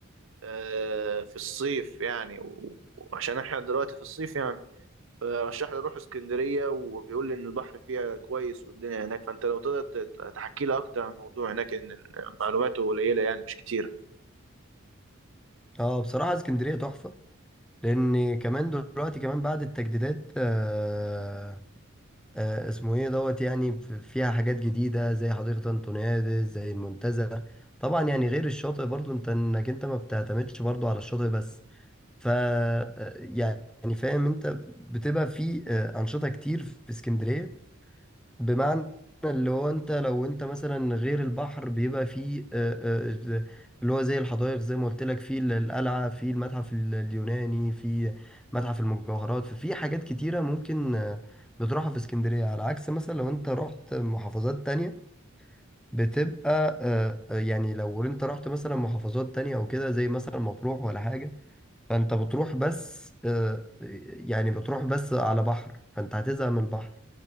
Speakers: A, on the right; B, in the centre.
A: أه في الصيف يعني و- وعشان احنا دلوقتي في الصيف يعني فرشح لي اروح اسكندريه وبيقول لي ان البحر فيها كويس والدنيا هناك فانت لو تقدر تحكي لي اكتر عن الموضوع هناك ان إن معلوماته قليله يعني مش كتيره
B: اه بصراحه اسكندريه تحفه لان كمان دلوقتي كمان بعد التجديدات آه، آه، اسمه ايه دوت يعني ف- فيها حاجات جديدة زي حديقة انطونيادس زي المنتزه طبعا يعني غير الشاطئ برضو انت انك انت ما بتعتمدش برضو على الشاطئ بس ف آه، يعني فاهم انت بتبقى في آه، انشطة كتير في اسكندرية بمعنى اللي هو انت لو انت مثلا غير البحر بيبقى فيه آه، آه، اللي هو زي الحدائق زي ما قلت لك فيه ال- القلعة فيه المتحف ال- اليوناني فيه متحف المجوهرات ففي حاجات كتيرة ممكن آه، بتروحها في اسكندرية على عكس مثلا لو انت رحت محافظات تانية بتبقى آه، آه، يعني لو انت رحت مثلا محافظات تانية او كده زي مثلا مطروح ولا حاجة فانت بتروح بس آه، يعني بتروح بس على بحر فانت هتزهق من البحر